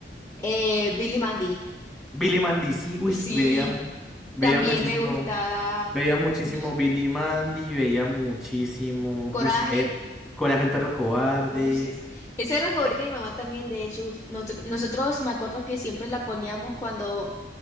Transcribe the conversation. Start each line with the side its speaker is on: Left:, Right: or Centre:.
Left: eh, Billy Mandy.
Centre: Billy Mandy, sí, uy,
Left: Sí,
Centre: veía, veía
Left: también
Centre: muchísimo.
Left: me gustaba
Centre: Veía muchísimo
Left: ush,
Centre: Billy Mandy, veía muchísimo.
Left: Coraje.
Centre: Uy, Ed, Coraje el perro cobarde.
Left: Ush, es- esa es la favorita de mi mamá también, de hecho. uf, noso- nosotros me acuerdo que siempre la poníamos cuando